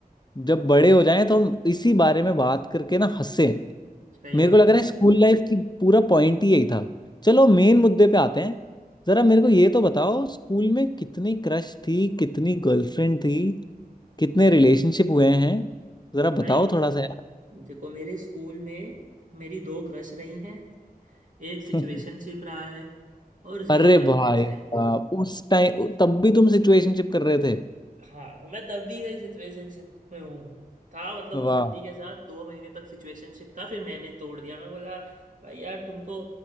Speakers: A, on the left; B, on the right.
A: जब बड़े हो जाएं तो हम इसी बारे में बात करके ना हंसे
B: सही
A: मेरे
B: बात
A: को लग
B: है
A: रहा
B: यार
A: है स्कूल लाइफ की पूरा पॉइंट ही यही था चलो मेन मुद्दे पे आते हैं जरा मेरे को ये तो बताओ स्कूल में कितनी क्रश थी कितनी गर्लफ्रेंड थी कितने रिलेशनशिप हुए हैं जरा बताओ
B: भाई
A: थोड़ा सा यार
B: देखो मेरे स्कूल में मेरी दो क्रश रही हैं एक
A: <laughs>
B: सिचुएशनशिप रहा है और जीरो
A: अरे
B: गर्लफ्रेंड्स
A: भाई
B: रही
A: साहब उस टाइम तब भी तुम सिचुएशनशिप कर रहे थे
B: हाँ मैं तब भी सही सिचुएशनशिप में हूँ था मतलब
A: वाह
B: वो बंदी के साथ दो महीने तक सिचुएशनशिप था फिर मैंने तोड़ दिया मैं बोला भाई यार तुमको